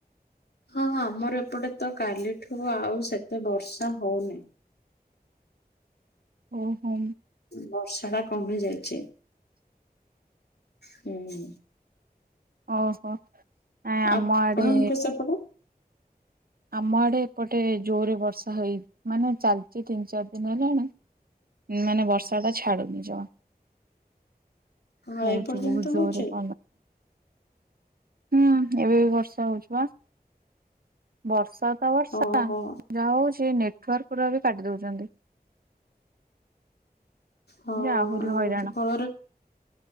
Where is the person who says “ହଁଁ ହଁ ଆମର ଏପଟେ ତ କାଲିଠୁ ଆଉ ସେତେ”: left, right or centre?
Left